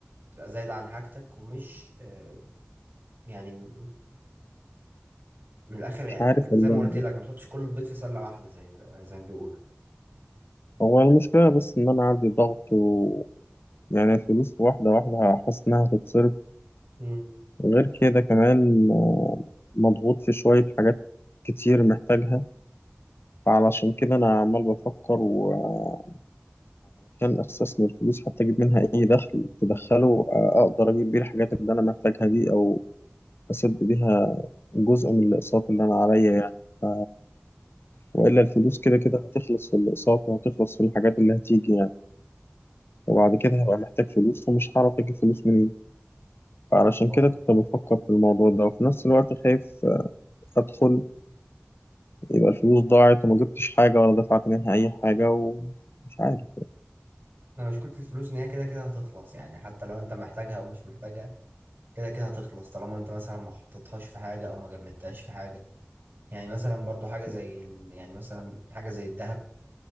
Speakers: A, on the right; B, on the left.
A: تبقى زايدة عن حاجتك ومش آه، يعني م- من الآخر يعني
B: مش عارف والله
A: زي ما قلت
B: بس
A: لك ما تحطش كل البيض في سلة واحدة زي ما- زي ما بيقولوا
B: هو المشكلة بس إن أنا عندي ضغط و يعني الفلوس واحدة واحدة حاسس إنها هتتصرف
A: امم
B: غير كده كمان آه، مضغوط في شوية حاجات كتير محتاجها فعلشان كده أنا عمال بفكر وعلشان أستثمر فلوس حتى أجيب منها أي دخل تدخله آه، أقدر أجيب بيه الحاجات اللي أنا محتاجها دي أو أسد بيها جزء من الأقساط اللي أنا عليا يعني ف... وإلا الفلوس كده كده هتخلص في الأقساط وهتخلص في الحاجات اللي هتيجي يعني وبعد كده هبقى محتاج فلوس ومش هعرف أجيب فلوس منين فعلشان
A: هو
B: كده كنت بفكر في الموضوع ده وفي نفس الوقت خايف أدخل يبقى الفلوس ضاعت وما جبتش حاجة ولا دفعت منها أي حاجة ومش عارف
A: انا مشكلة الفلوس ان هي كده كده هتخلص يعني حتى لو انت محتاجها او مش محتاجها كده كده هتخلص طالما انت مثلا ما حطيتهاش في حاجة او ما جمدتهاش في حاجة يعني مثلا برضو حاجة زي ال... يعني مثلا حاجة زي الذهب